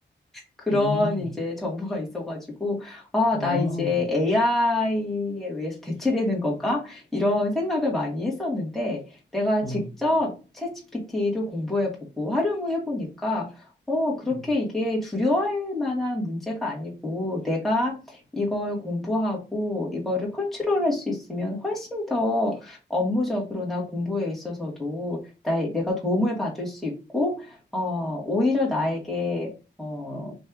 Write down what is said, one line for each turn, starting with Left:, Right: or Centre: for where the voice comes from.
Centre: 그런
Left: 음.
Centre: 이제 정보가 있어가지고, 아, 나
Left: 아.
Centre: 이제 AI에 의해서 대체되는 건가? 이런 생각을 많이 했었는데, 내가
Left: 음.
Centre: 직접 챗GPT를 공부해보고 활용을 해보니까, 어, 그렇게
Left: 음.
Centre: 이게 두려워할 만한 문제가 아니고, 내가 이걸 공부하고, 이거를 컨트롤할 수 있으면 훨씬 더 업무적으로나 공부에 있어서도 나, 내가 도움을 받을 수 있고, 어, 오히려 나에게, 어,